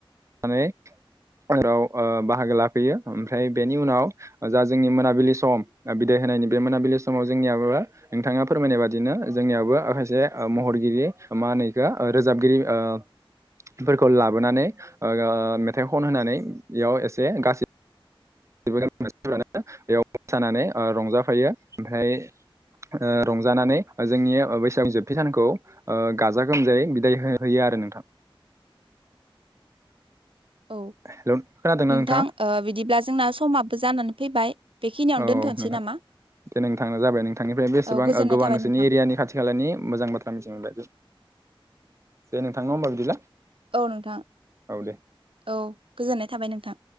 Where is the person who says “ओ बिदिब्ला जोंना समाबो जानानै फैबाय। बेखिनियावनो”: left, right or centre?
Right